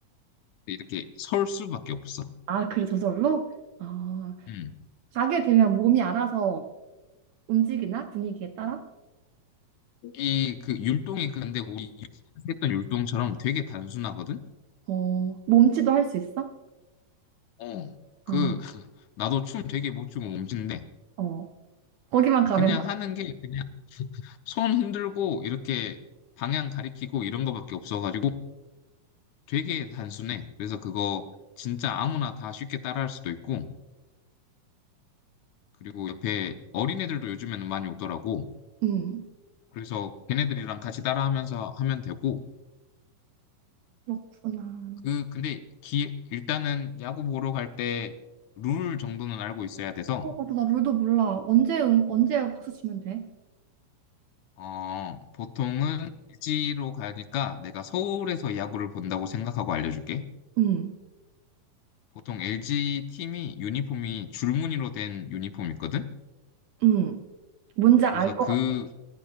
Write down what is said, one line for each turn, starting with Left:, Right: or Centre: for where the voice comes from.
Left: 이렇게 설 수밖에 없어.
Right: 아, 그래 저절로? 아,
Left: 음.
Right: 가게 되면 몸이 알아서 움직이나? 분위기에 따라?
Left: 이 그 율동이 근데 우리 유치원에서 했던 율동처럼 되게 단순하거든?
Right: 어. 몸치도 할 수 있어?
Left: 어.
Right: 아.
Left: 그 <laughs> 나도 춤 되게 못 추고 몸짓인데
Right: 어, 거기만 가면
Left: 그냥 하는 게 그냥 손 흔들고 이렇게 방향 가리키고 이런 거밖에 없어가지고 되게 단순해. 그래서 그거 진짜 아무나 다 쉽게 따라할 수도 있고 그리고 옆에 어린애들도 요즘에는 많이 오더라고.
Right: 음,
Left: 그래서 걔네들이랑 같이 따라하면서 하면 되고
Right: 그렇구나.
Left: 그 근데 기 일단은 야구 보러 갈 때 룰 정도는 알고 있어야 돼서
Right: 어, 맞아. 나 룰도 몰라. 언제, 응, 언제 박수 치면 돼?
Left: 어 보통은 일지로 가니까 내가 서울에서 야구를 본다고 생각하고 알려줄게.
Right: 음,
Left: 보통 LG 팀이 유니폼이 줄무늬로 된 유니폼이 있거든?
Right: 음, 뭔지
Left: 그래서
Right: 알 것
Left: 그,
Right: 같아.